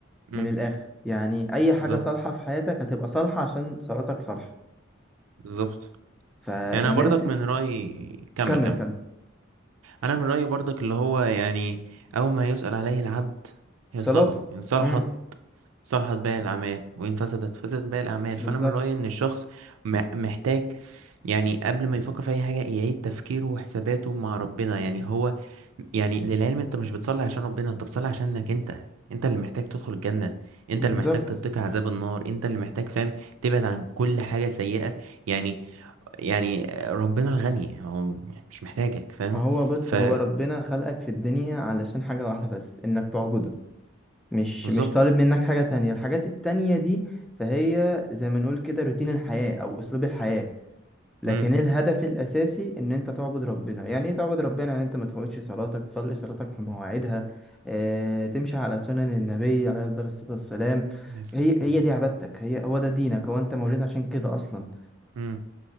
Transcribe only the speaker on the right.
مم.
بالظبط
بالظبط
يعني انا برضك
من رايي كمل
كمل
انا من رايي برضك اللي هو يعني اول ما يسال عليه العبد هي
صلاه ان صلحت
صلحت باقي الاعمال وان فسدت فسدت باقي الاعمال
فانا من رايي ان الشخص م- محتاج يعني قبل ما يفكر في اي حاجه يعيد تفكيره وحساباته مع ربنا يعني هو يعني للعلم انت مش بتصلي عشان ربنا انت بتصلي عشانك انت انت اللي محتاج تدخل الجنة انت
اللي محتاج تتقي عذاب النار انت اللي محتاج فاهم تبعد عن كل حاجة سيئة يعني يعني ربنا الغني هو م- يعني مش محتاجك فاهم
فتعبده
بالظبط
امم
عليه الصلاة
والسلام.
امم